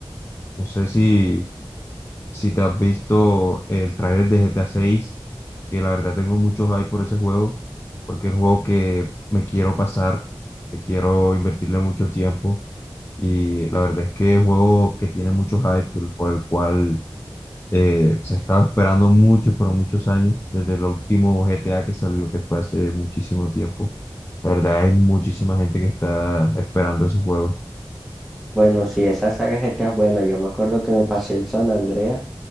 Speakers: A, on the left; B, in the centre.
A: no sé si Si te has visto el tráiler de GTA 6, que la verdad tengo mucho hype por ese juego, porque es un juego que me quiero pasar, que quiero invertirle mucho tiempo. Y la verdad es que es un juego que tiene mucho hype, por por el cual eh, se estaba esperando muchos, pero muchos años, desde el último GTA que salió, que fue hace muchísimo tiempo. La verdad, hay muchísima gente que está esperando ese juego.
B: Bueno, sí, esa saga de GTA es buena. Yo me acuerdo que me pasé el San Andreas,